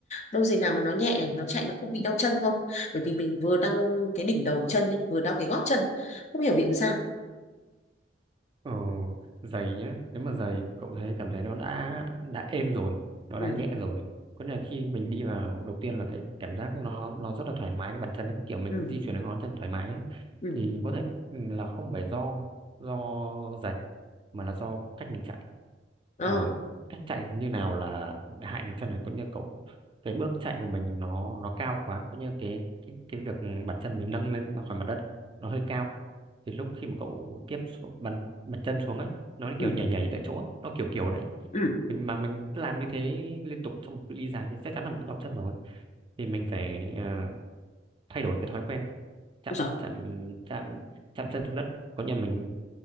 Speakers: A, on the left; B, on the right.
A: đôi giày nào mà nó nhẹ để nó chạy nó không bị đau chân không bởi vì mình vừa đau cái đỉnh đầu chân ấy, vừa đau cái gót chân không hiểu vì làm sao
B: Ờ, giày nhá nếu mà giày cậu thấy cảm thấy nó đã đã êm rồi nó
A: ừ
B: đã nhẹ rồi có nghĩa là khi mình đi vào đầu tiên là cái cảm giác nó nó rất là thoải mái cái bàn chân ấy. kiểu mình
A: ừ
B: di chuyển cái ngón chân thoải mái ấy.
A: ừ
B: thì có thể ừ, là không phải do do giày mà là do cách mình chạy
A: ờ
B: ờ, cách chạy như nào là hại bàn chân này có nghĩa là cậu cái bước chạy của mình nó nó cao quá có nghĩa là cái cái, cái việc bàn chân mình nâng lên ra khỏi mặt đất nó hơi cao thì lúc khi mà cậu tiếp xúc mặt chân xuống ấy nó
A: ừ
B: kiểu nhảy nhảy tại chỗ ấy. nó kiểu kiểu đấy
A: ừ
B: mình mà mình cứ làm như thế liên tục trong một cự ly dài thì chắc chắn là mình đau chân rồi thì mình phải ờ, thay đổi cái thói quen chạm
A: Ôi giời.
B: chạm chạm chạm chân xuống đất có nghĩa là mình